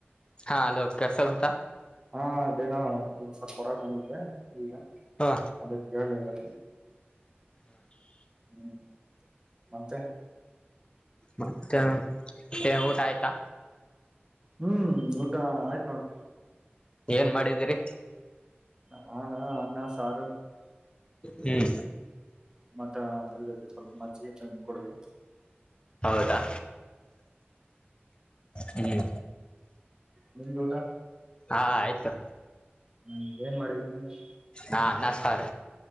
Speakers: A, on the left (about 25°); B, on the right (about 20°).
A: ಹಾ ಅಲೋ ಕೆಸಗಂಟಾ
B: ಹಾ ಅದೇನೋ ಸ್ವಲ್ಪ ಹೊರಗೆ ಬಂದಿದ್ದೆ ಈಗ
A: ಹ
B: ಅದಕ್ಕೆ ಕ ನು ಹ್ಮ್ ಮತ್ತೆ
A: ಮತ್ತೆ ಊಟ ಆಯ್ತಾ
B: ಹ್ಮ್ ಊಟ ಆಯ್ತು ನೋಡುದು
A: ಏನ್ ಮಾಡಿದೀರಿ
B: ಹಾಾನ ಅನ್ನ ಸಾರು
A: ಹ್ಮ್
B: ಮತ್ತ ಅದ್ರ ಜೊತೆ ಸ್ವಲ್ಪ ಮಜ್ಜಿಗೆ ಟ್ರೈನಿಂಗ್ ಕೊಡಬೇಕ
A: ಹೌದಾ ಹ್ಮ್
B: ನಿಮ್ದ ಊಟ
A: ಹಾ ಆಯ್ತು
B: ಹ್ಮ್ ಏನ್ ಮಾಡವಿ ನೀವನು
A: ಹಾ ನಷ್ಟತಾರ